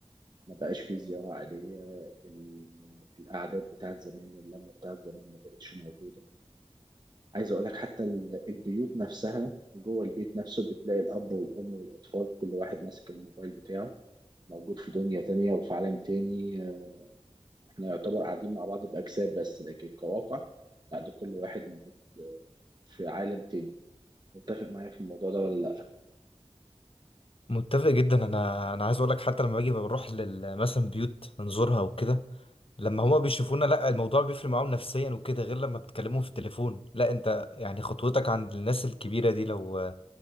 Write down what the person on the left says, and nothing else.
متفق جدا انا انا عايز اقول لك حتى لما باجي بروح لل مثلا بيوت نزورها وكده لما هما بيشوفونا لا الموضوع بيفرق معاهم نفسيا وكده غير لما بتكلمهم في التليفون لا انت يعني خطوتك عند الناس الكبيرة دي لو